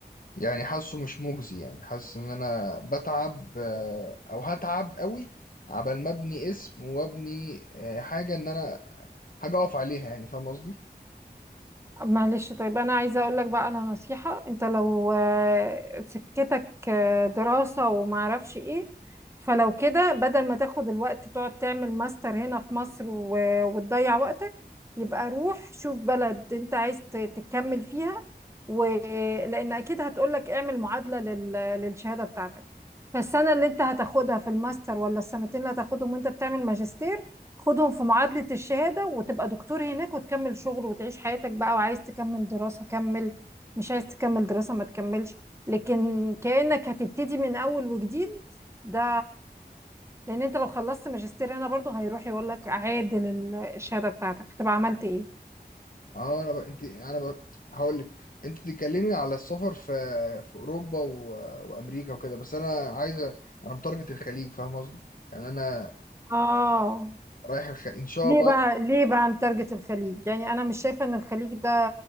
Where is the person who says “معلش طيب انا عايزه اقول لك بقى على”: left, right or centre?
Right